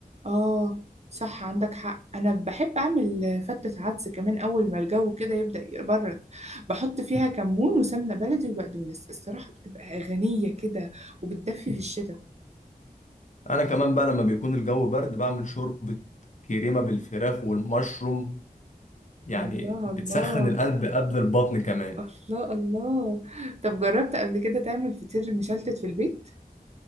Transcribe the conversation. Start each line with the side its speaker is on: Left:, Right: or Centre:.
Right: اه صح عندك حق انا بحب اعمل فتة عدس كمان اول ما الجو كده يبدا يبرد بحط فيها كمون وسمنه بلدي وبقدونس الصراحه بتبقى غنيه كده وبتدفي في الشتاء
Left: انا كمان بقى لما بيكون الجو برد بعمل شوربة كريمة بالفراخ والمشروم يعني
Right: الله
Left: بتسخن
Right: الله
Left: القلب قبل البطن كمان
Right: الله الله طب جربت قبل كده تعمل فطير مشلتت في البيت؟